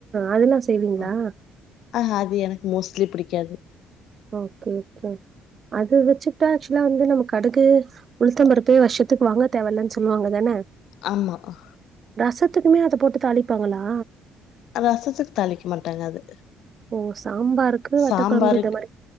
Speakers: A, on the right (about 35°); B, on the left (about 75°).
A: அதெல்லா செய்வீங்களா
B: அ ஆ ஆ அது எனக்கு மோஸ்ட்லி பிடிக் க்காது
A: ஒகே ஒகே அது வச்சுட்டாச் இதெல்லா வந்து நம்ம கடுகு உளுத்தம்பருப்பு வருஷத்துக்கு வாங்க தேவல்லன்னு சொல்லுவாங்க தான
B: ஆமா ஆ
A: ரசத்துக்குமே அதப்போட்டு தாளிப்பாங்களா
B: ரசத்துக்கு தாளிக்க மாட்டாங்க அது
A: ஓ சாம்பாருக்கு
B: சாம்பாருக்கு
A: வத்த கொழம்பு இந்த மாரி